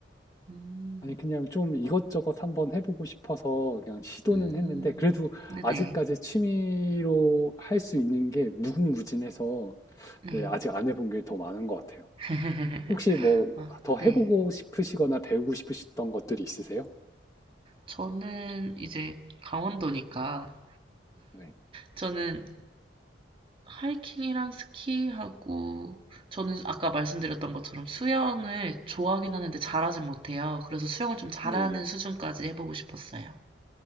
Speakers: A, on the right; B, on the left.
A: 음,
B: 아니 그냥 좀 이것저것 한번 해보고 싶어서 그냥 시도는
A: 음,
B: 했는데 그래도
A: 네네,
B: 아직까지 취미로 할 수 있는 게 무궁무진해서
A: 네.
B: 네, 아직 안 해본 게 더 많은 것 같아요.
A: <laughs>
B: 혹시 뭐
A: 아,
B: 더
A: 네.
B: 해보고 싶으시거나 배우고 싶으셨던 것들이 있으세요?
A: 저는 이제 강원도니까
B: 네,
A: 저는 하이킹이랑 스키하고 저는 아까 말씀드렸던 것처럼 수영을 좋아하긴 하는데 잘하진 못해요. 그래서 수영을 좀 잘하는
B: 네네.
A: 수준까지 해보고 싶었어요.